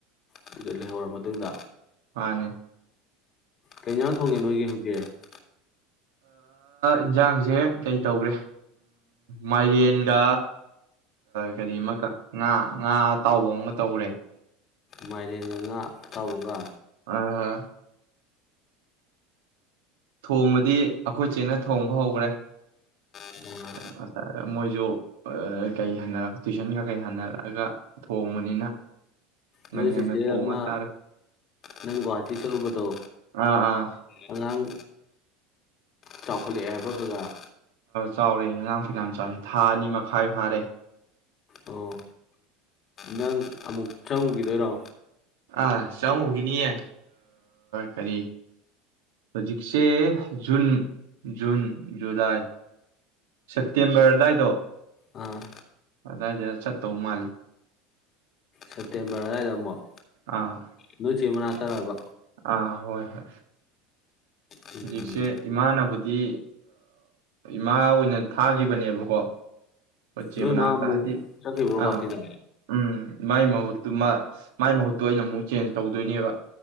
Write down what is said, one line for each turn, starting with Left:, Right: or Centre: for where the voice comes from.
Left: ꯑꯗꯨꯒꯀ ꯂꯩꯍꯧꯔꯕ ꯃꯇꯨꯡꯗ
Right: ꯃꯥꯅꯦ
Left: ꯀꯩꯅ ꯊꯣꯡꯉꯦ ꯅꯣꯏꯒꯤ ꯍꯧꯖꯤꯛ
Right: ꯏꯟꯁꯥꯡꯁꯦ ꯀꯩ ꯇꯧꯈ꯭ꯔꯦ ꯃꯥꯏꯔꯦꯟꯒ ꯀꯔꯤ ꯑꯃꯀ ꯉꯥ ꯉꯥ ꯑꯇꯥꯎꯕ ꯑꯃ ꯇꯧꯔꯦ
Left: ꯃꯥꯏꯔꯦꯟ ꯉ ꯉꯥ ꯇꯥꯎꯑꯒ
Right: ꯑ ꯍ ꯊꯣꯡꯕꯗꯤ ꯑꯩꯈꯣꯏꯆꯦꯠꯅ ꯊꯣꯡꯕ ꯍꯧꯈ꯭ꯔꯦ
Left: ꯑꯃꯒ
Right: ꯉꯁꯥꯏ ꯃꯣꯏꯁꯨ ꯀꯩ ꯍꯟꯅꯔꯛ ꯇꯨꯏꯁꯟꯒ ꯀꯩ ꯍꯅꯔꯛꯑꯒ ꯊꯣꯡꯕꯅꯤꯅ ꯉꯟ
Left: ꯅꯣꯏ
Right: ꯉꯟꯅ
Left: ꯁꯤꯁꯦ
Right: ꯊꯣꯡꯉ
Left: ꯑꯃ
Right: ꯆꯥꯔꯦ
Left: ꯅꯪ ꯒꯨꯍꯥꯇꯤ ꯆꯠꯂꯨꯕꯗꯣ
Right: ꯑꯥ ꯑꯥ
Left: ꯑꯉꯥꯡ ꯆꯥꯎꯈꯠꯂꯛꯑꯦ ꯍꯥꯏꯕ꯭ꯔꯣ ꯈꯖꯒ
Right: ꯆꯥꯎꯔꯦ ꯑꯉꯥꯡ ꯐꯩꯅꯥꯝ ꯆꯥꯎꯔꯤ ꯊꯥ ꯑꯅꯤ ꯃꯈꯥꯏ ꯐꯥꯔꯦ
Left: ꯑꯣ ꯅꯪ ꯑꯃꯨꯛ ꯆꯪꯉꯨꯈꯤꯗꯣꯏꯔꯣ
Right: ꯑꯥ ꯆꯪꯉꯨꯈꯤꯅꯤꯌꯦ ꯀꯔꯤ ꯍꯧꯖꯤꯛꯁꯦ ꯖꯨꯟ ꯖꯨꯟ ꯖꯨꯂꯥꯏ ꯁꯦꯞꯇꯦꯝꯕꯔ ꯑꯗꯨꯗꯥꯋꯥꯏꯗꯣ
Left: ꯑꯥ
Right: ꯑꯗꯨꯗꯥꯏꯗ ꯆꯠꯇꯧ ꯃꯥꯜꯂꯦ
Left: ꯁꯦꯞꯇꯦꯝꯕꯔ ꯑꯗꯨꯋꯥꯏꯗ ꯑꯃꯨꯛ
Right: ꯑꯥ
Left: ꯅꯨꯅꯨꯡꯆꯤ ꯃꯅꯥꯛ ꯇꯥꯕ
Right: ꯑ ꯍꯣꯏ ꯍꯣꯏ
Left: ꯎꯝ
Right: ꯍꯧꯖꯤꯛꯁꯦ ꯏꯃꯥꯅꯕꯨꯗꯤ ꯏꯃꯥ ꯑꯣꯏꯅ ꯊꯥꯈꯤꯕꯅꯦꯕꯀꯣ ꯄꯦ
Left: ꯅꯣꯏ
Right: ꯃꯅꯥꯥꯛꯇꯥꯗꯤ
Left: ꯃꯥ ꯑꯃꯨꯛ ꯆꯠꯈꯤꯕ꯭ꯔꯣ ꯒꯨꯍꯥꯇꯤꯗ
Right: ꯑ ꯎꯝ ꯃꯥꯏ ꯃꯍꯨꯠ ꯑꯗꯨ ꯃꯥꯏ ꯃꯍꯨꯠꯇ ꯑꯣꯏꯅ ꯑꯃꯨꯛ ꯆꯦꯟꯖ ꯇꯧꯗꯣꯏꯅꯦꯕ